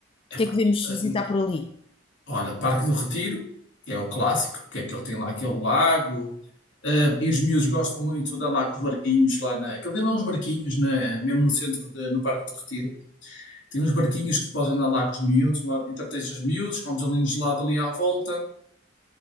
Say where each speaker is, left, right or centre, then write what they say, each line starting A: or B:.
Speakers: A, on the left (about 70°); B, on the left (about 30°).
A: Epá,
B: O que é que devemos visitar
A: hum,
B: por ali?
A: olha, Parque do Retiro, que é o clássico, que é que ele tem lá aquele lago, eh, e os miúdos gostam muito de andar lá com os barquinhos lá na. Aquele tem lá uns barquinhos, na- mesmo no centro, de- no Parque do Retiro. Tem uns barquinhos que tu podes andar lá com os miúdos, lá entretens os miúdos, comes ali um gelado ali à volta.